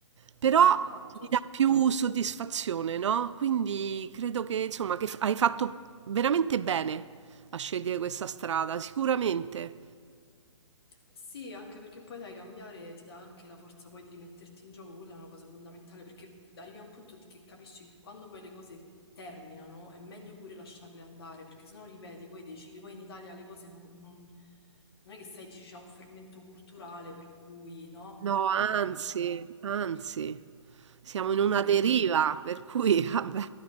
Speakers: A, on the right; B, on the left.
A: però
B: Esatto.
A: mi dà più soddisfazione, no? Quindi credo che, insomma, che f- hai fatto veramente bene a scegliere questa strada, sicuramente.
B: Sì, anche perché poi sai, cambiare ti dà anche la forza poi di rimetterti in gioco, quella è una cosa fondamentale perché arrivi a un punto di- che capisci che quando poi le cose terminano è meglio pure lasciarle andare perché sennò ripeti poi dei cicli, poi in Italia le cose non, non- non è che sai, dici, c'è un fermento culturale per cui no,
A: No,
B: Eh,
A: anzi, anzi, siamo
B: e quindi...
A: in una deriva, per cui, <laughs> vabbè,